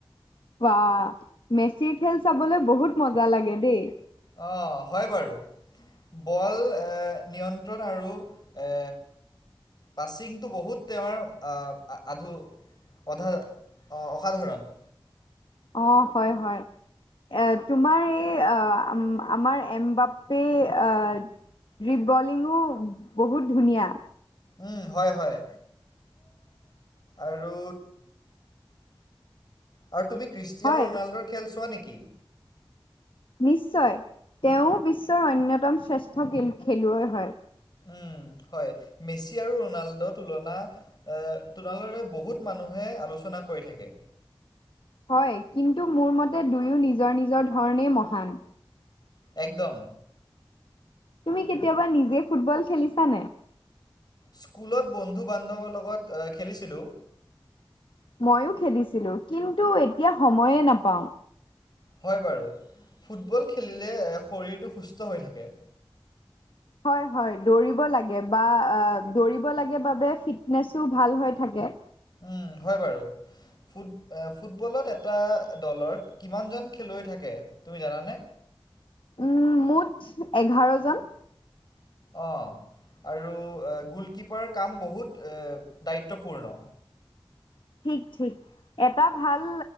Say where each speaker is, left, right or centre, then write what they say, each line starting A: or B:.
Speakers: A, on the left (about 65°); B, on the left (about 50°).
A: বা মেচিৰ খেল চাবলৈ বহুত মজা লাগে দেই।
B: অ', হয় বাৰু। বল নিয়ন্ত্ৰণ আৰু এ পাচিংটো বহুত তেওঁৰ আধু অধা অ', অসাধাৰণ।
A: অ', হয়, হয়। এ তোমাৰ এই আহ আমাৰ এম বাপে আহ ড্ৰিপ বলিংয়ো বহুত ধুনীয়া।
B: উম হয়, হয় আৰু আৰু তুমি ক্ৰিষ্টিয়ানো
A: হয়
B: ৰনাল্ডৰ খেল চোৱা নেকি।
A: নিশ্চয় তেওঁ বিশ্বৰ অন্যতম শ্ৰেষ্ঠ খেলুৱৈ হয়।
B: উম, হয় মেচি আৰু ৰনাল্ডৰ তুলনা এ তোনালৰে বহুত মানুহে আলোচনা কৰি থাকে।
A: হয়, কিন্তু মোৰ মতে দুয়ো নিজৰ, নিজৰ ধৰণেই মহান।
B: একদম।
A: তুমি কেতিয়াবা নিজে ফুটবল খেলিছা নাই?
B: স্কুলত বন্ধু বান্ধৱৰ লগত অ', খেলিছিলোঁ।
A: ময়ো খেলিছিলোঁ কিন্তু এতিয়া সময়ে নাপাওঁ।
B: হয় বাৰু ফুটবল খেলিলে শৰীৰটো সুস্থ হৈ থাকে।
A: হয়, হয় দৌৰিব লাগে বা দৌৰিব লাগে বাবে ফিটনেছো ভাল হৈ থাকে।
B: উম হয় বাৰু। ফুট ফুটবলত এটা দলৰ কিমানজন খেলুৱৈ থাকে তুমি জানানে?
A: উম মুঠ এঘাৰজন।
B: অ', আৰু গোলকিপাৰ কাম বহুত দায়িত্বপূৰ্ণ।
A: ঠিক, ঠিক এটা ভাল